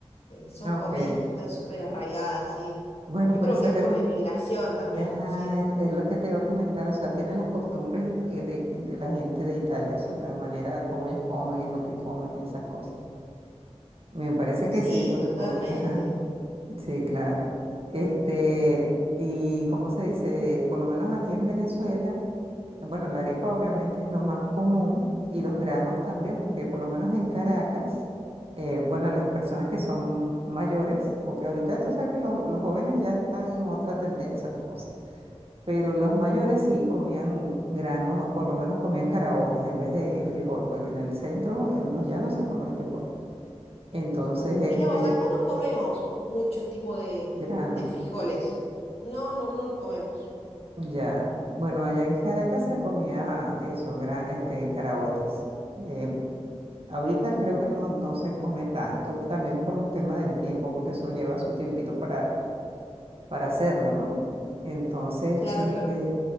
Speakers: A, on the left (about 60°); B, on the right (about 55°).
A: Eh, son
B: Ah,
A: comidas
B: Ok.
A: que están súper arraigadas, sí.
B: Bueno,
A: Yo
B: por
A: creo
B: eso
A: que es por la inmigración también,
B: Ajá,
A: sí.
B: es, es lo que te iba a comentar, o sea, tienen las costumbres y- eh, de, de la gente de Italia, o sea, la manera como ellos comen, lo que comen, esas cosas. Me parece que
A: Sí,
B: sí, por,
A: totalmente.
B: por, ajá, sí, claro. Este, y cómo se dice, por lo menos aquí en Venezuela, bueno, la arepa obviamente es lo más común y los granos también, porque por lo menos en Caracas, eh, bueno, las personas que son mayores, porque ahorita tú sabes que los, los jóvenes ya están en otra tendencia, otra cosa. Pero los mayores sí comían granos, por lo menos comían caraotas en vez de frijol, porque en el centro, en los llanos, se come frijol. Entonces, este,
A: Mirá vos, acá no comemos mucho tipo de,
B: granos,
A: de frijoles. No, no, no los comemos.
B: ya. Bueno, allá en Caracas se comía eso, gra- este, caraotas. Eh, ahorita creo que no, no se come tanto, también por un tema del tiempo, porque eso lleva su tiempito para, para hacerlo, ¿no? Entonces,
A: Claro,
B: este,
A: claro.